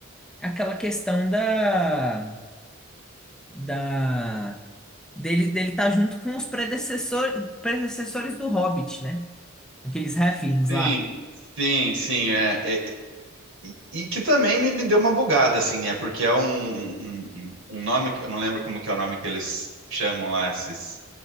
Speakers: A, in the centre; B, on the right.
A: aquela questão da, da, dele, dele estar junto com os predecessor, predecessores do Hobbit, né? Aqueles halflings
B: Sim,
A: lá.
B: sim, sim. É, é- e, e que também me, me deu uma bugada, assim, né? Porque é um, um, um- um nome, que- eu não lembro como que é o nome que eles chamam lá esses,